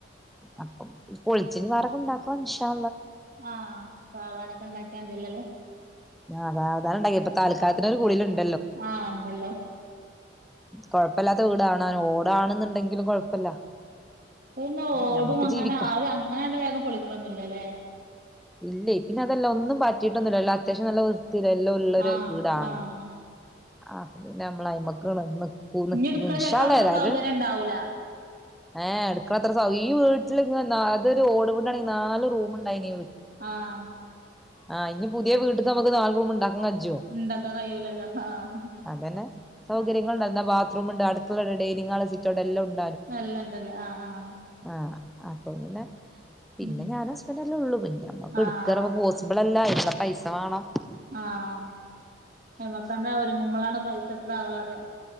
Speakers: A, in the centre; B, on the right (about 45°).
A: അപ്പം പൊളിച്ചിനി വേറോക്കെ ഇണ്ടാക്കാണം ഇന്ഷാ
B: ആഹ് സാവനാനൊക്കെ ഉണ്ടാക്കിയാന്തല്ലല്ലേ
A: അതാ അതാ ഉണ്ടായെ ഇപ്പം താൽക്കാലത്തിന് ഒരു ഗുളിക ണ്ടടി
B: ആഹ എന്തല്ലോ.
A: കൊഴപ്പില്ലാത്ത വീടാണെനു, ഓടാണന്നുണ്ടെങ്കിലും കൊഴപ്പല്ല.
B: ഇന്ന് ഓടും
A: ഞമ്മക്ക്
B: അങ്ങനെ
A: ജീവിക്കാ
B: ആരും അങ്ങനെ വേഗം പൊളിക്കന്നൊല്ലല്ലേ..
A: ഇല്ലേ പിന്നെ അതല്ല ഒന്നും പറ്റിട്ടൊന്നുല്ല നല്ല അത്യാവശ്യം നല്ല വൃത്തി തിരല്ല ഉള്ളരു
B: ആഹ്
A: വീടാണ്
B: ആഹ്
A: അപ്പൊ പിന്നെ അയിലമ്മഴക്ക്. ന്ന്
B: ഇഞ്ഞി എടുക്കണ
A: ഇന്ശാള്ള
B: ചെലപ്പോ അത്ര
A: ഏതായിട്ട
B: സൗകര്യം ഉണ്ടാവൂല
A: ഏ അടുക്കളളത്ര സൗ. ട്ടില് ഇങ്ങനെ ഒരു ഓടവിടണെങ്കിൽ നാൽ റൂമിണ്ടായിനി.
B: ആഹ.
A: ആഹ് ഇനി പുതിയ വീട്ടിക്കമക്ക് നാൽ റൂം ഇണ്ട. ജോ
B: ഇണ്ടാക്കാൻ കഴിയൂലല്ലോ ആഹ്
A: അതന്നെ സൗകര്യങ്ങള്ളിണ്ട്
B: ആഹ്
A: ബാത്രൂംമനെ. ഉണ്ട് അടുക്കളണ്ട് ഡൈനിങ് ഹാൾ സിറ്റൗട് എലൊണ്ട്.
B: നല്ലണ്ടല്ലേ ആഹ് ആഹ്.
A: ആഹ് അപ്പൊ പിന്നെ പിന്നെ
B: ഉം
A: ഞാൻ ഹസ്ബന്ഡല്ലേ ഉള്ളൂ പിന്നെ നമ്മക്ക്
B: ആഹ്
A: എടുക്കറ പോസിബിൾ. അല്ല എവിടെ പൈസ വേണോ.
B: ആഹ് എവ്വക്കാണ്ട ഒരുങ്ങുമ്പളാണ് പൈസ എത്ര ആവാറിയ